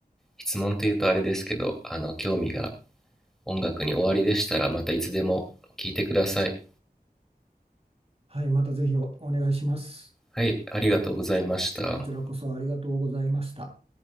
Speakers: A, in the centre; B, on the right.
A: 質問というとあれですけど、あの、興味が音楽に終わりでしたらまたいつでも聞いてください。
B: はい、またぜひおお願いします。
A: はい、ありがとうございました。
B: こちらこそありがとうございました。